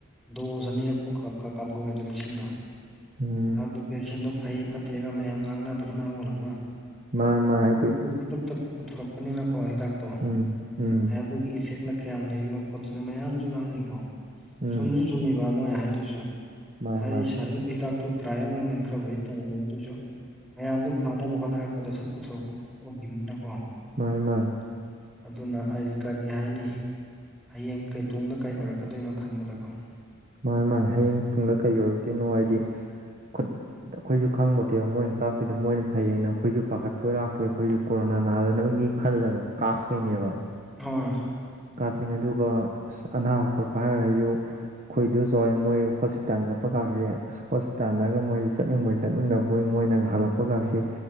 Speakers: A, in the centre; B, on the right.
A: ꯗꯣꯁ ꯑꯅꯤꯔꯛꯄꯨ ꯀꯥ ꯀꯥ ꯀꯥꯞꯐꯧꯋꯦꯗꯣ ꯚꯦꯛꯁꯤꯟꯗꯣ
B: ꯎꯝ
A: ꯑꯗꯨ ꯚꯦꯛꯁꯤꯟꯗꯨ ꯐꯩ ꯐꯠꯇꯦꯒ ꯃꯌꯥꯝ ꯉꯥꯡꯅꯕꯅ ꯃꯔꯣꯜ ꯑꯃ
B: ꯃꯥꯥꯏ ꯃꯥꯥꯏ ꯍꯥꯏꯗꯤ
A: ꯈꯨꯗꯛ ꯈꯨꯗꯛꯇ ꯄꯨꯊꯣꯔꯛꯄꯅꯤꯅꯀꯣ ꯍꯤꯗꯥꯛꯇꯣ
B: ꯎꯝ ꯎꯝ
A: ꯑꯗꯨꯒꯤ ꯏꯐꯦꯛꯅ ꯀꯌꯥꯝ ꯂꯩꯔꯤꯅꯣ ꯈꯣꯠꯇꯨꯅ ꯃꯌꯥꯝꯖꯨ ꯉꯥꯡꯅꯩꯀꯣ
B: ꯎꯝ
A: ꯆꯨꯝꯖꯨ ꯆꯨꯝꯃꯤꯕ ꯃꯣꯏ ꯍꯥꯏꯗꯨꯖꯨ
B: ꯃꯥꯅꯦ
A: ꯍꯥꯏꯗꯤ
B: ꯃꯥꯅꯦ
A: ꯁꯥꯔꯛꯏꯔꯤꯕ ꯍꯤꯗꯥꯛꯇꯨ ꯇ꯭ꯔꯥꯌꯦꯜ ꯅꯨꯡꯌꯦꯜ ꯈꯔꯕꯨꯗꯤ ꯇꯧꯔꯨ <unintelligible> ꯑꯗꯨꯏꯖꯨ ꯃꯌꯥꯝꯗ ꯐꯪꯅꯕ ꯍꯣꯠꯅꯔꯛꯄꯗ ꯁꯠ ꯄꯨꯊꯣꯔꯛꯄ ꯑꯣꯏꯈꯤꯕꯅꯤꯅꯀꯣ
B: ꯃꯥꯅꯦ ꯃꯥꯅꯦ
A: ꯑꯗꯨꯅ ꯑꯩꯗꯤ ꯀꯔꯤ ꯍꯥꯏꯅꯤ ꯍꯌꯦꯡ ꯀꯩ ꯇꯨꯡꯗ ꯀꯩ ꯑꯣꯏꯔꯛꯀꯗꯣꯏꯅꯣ ꯈꯟꯕꯗꯀꯣ
B: ꯃꯥꯅꯤ ꯃꯥꯅꯤ ꯍꯌꯦꯡ ꯇꯨꯡꯗ ꯀꯩ ꯑꯣꯏꯔꯛꯇꯣꯏꯅꯣ ꯍꯥꯏꯗꯤ ꯈꯨꯠ ꯑꯩꯈꯣꯏꯖꯨ ꯈꯪꯕꯠꯇꯦꯕ ꯃꯣꯏꯅ ꯀꯥꯞꯄꯤꯗꯣ ꯃꯣꯏꯅ ꯐꯩꯌꯦꯅ ꯑꯩꯈꯣꯏꯖꯨ ꯄꯥꯈꯠꯄꯣꯏ ꯂꯥꯛꯄꯣꯏ ꯑꯩꯈꯣꯏꯖꯨ ꯀꯣꯔꯣꯅꯥ ꯅꯥꯗꯅꯕꯒꯤ ꯈꯜꯂꯒ ꯀꯥꯞꯀꯣꯏꯅꯦꯕ
A: ꯍꯣꯏ
B: ꯀꯥꯞꯄꯤꯅꯤ ꯑꯗꯨꯒ ꯑꯁ ꯑꯅꯥꯕ ꯈꯣꯠꯄ ꯍꯥꯏꯔꯒ ꯑꯩꯁꯨ ꯑꯩꯈꯣꯏ ꯏꯟꯗꯣ ꯆꯥꯑꯣꯏ ꯃꯣꯏ ꯍꯣꯁꯄꯤꯇꯥꯜ ꯆꯠꯄ ꯀꯥꯁꯦ ꯑꯁ ꯍꯣꯁꯄꯤꯇꯥꯜꯗꯒ ꯃꯣꯏꯁꯤ ꯆꯠꯅꯤꯡꯕꯩ ꯆꯠꯅꯤꯡꯗꯕꯣꯏ ꯃꯣꯏꯅꯒ ꯍꯜꯂꯛꯄꯒꯁꯤ